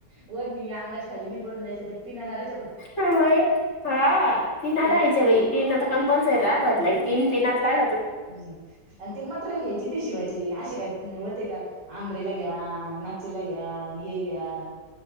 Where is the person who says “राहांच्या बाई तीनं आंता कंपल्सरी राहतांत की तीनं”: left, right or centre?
Left